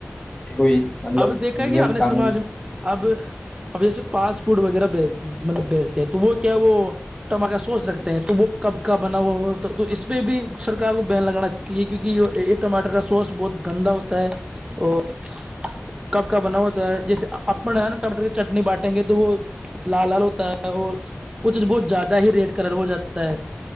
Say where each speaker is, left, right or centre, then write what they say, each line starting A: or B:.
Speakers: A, on the left; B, on the right.
A: کوئی مطلب
B: اب دیکھا
A: نیم
B: گ اپنے
A: قانون
B: سماج میں اب اب جیسے پاسپورٹ وغیرہ بھیجتے مطلب بیچتے ہیں تو وہ کیا وہ ٹماٹر کا سوس رکھتے ہیں تو وہ کب کا بنا ہوا ہوا ہوتا تو اس پہ بھی سرکار کو بین لگانا چاہیے کیونکہ یہ یہ ٹماٹر کا سوس بہت گندا ہوتا ہے اور کب کاب بنا ہوتا ہے جیسے اپن ہے نا ٹماٹر کی چٹنی بانٹیں گے تو وہ لا لال ہوتا ہے اور کچھ بہت زیادہ ہی ریڈ کلر ہو جاتا ہے